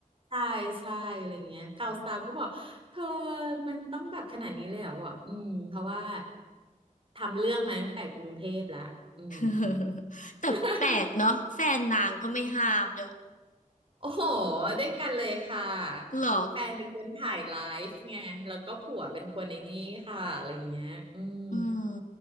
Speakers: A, on the right; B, on the left.
A: ใช่ใช่อะไรเงี้ยเก่าสาวก็บอกเธอมันต้องแบบขนาดนี้เลยเหรอบอกอืมเพราะว่าทำเรื่องมาตั้งแต่กรุงเทพแล้วอืม
B: <laughs> แต่แปลกเนาะแฟนนางก็ไม่ห้ามด้วย
A: <laughs> โอ้โหด้วยกันเลยค่ะ
B: หรอ
A: แฟนเป็นคนถ่ายไลฟ์ไงแล้วก็ผัวเป็นคนในนี้ค่ะอะไรเงี้ยอืม
B: อืม